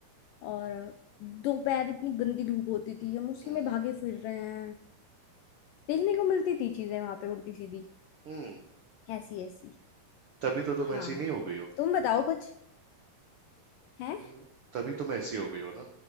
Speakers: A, on the left; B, on the right.
A: और दोपहर इतनी गंदी धूप होती थी हम उसी
B: हम्म
A: में भागे फिर रहे हैं देखने को मिलती थी चीजें वहां पे उल्टी सीधी
B: हम्म
A: ऐसी ऐसी
B: तभी तो तुम
A: हाँ
B: ऐसी नहीं हो गई हो
A: तुम बताओ कुछ है
B: हम्म, तभी तुम ऐसी हो गई हो ना